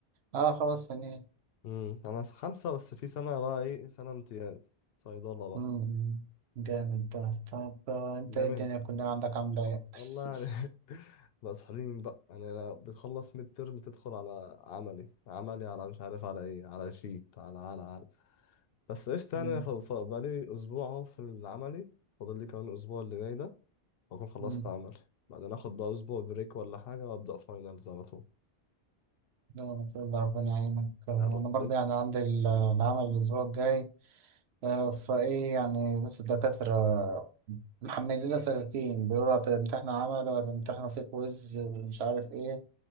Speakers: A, on the right; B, on the left.
A: اه خمس سنين
B: امم انا خمسة بس في سنة بقى ايه سنة امتياز صيدلة بقى
A: مم. جامد ده طب آه، انت
B: جامد
A: ايه الدنيا كلها عندك عاملة ايه؟
B: الله يعني
A: <laughs>
B: <laughs> مسحولين بقى يعني أنا بتخلص ميد ترم تدخل على عملي عملي على مش عارف على ايه على شيت على على على بس قشطة
A: مم.
B: يعني ف- ف- بقالي اسبوع اهو في العملي فاضل لي كمان الاسبوع اللي جاي ده واكون خلصت
A: مم.
B: عمل بعدين اخد بقى اسبوع بريك ولا حاجه وابدا فاينلز على طول
A: لا ما شاء الله ربنا يعينك آه،
B: يا رب
A: انا برضه يعني عندي ال- العمل الاسبوع الجاي آه، فايه يعني لسه الدكاترة محملين لنا سكاكين بيقولوا هتمتحنوا عمل وهتمتحنوا في كويز ومش عارف ايه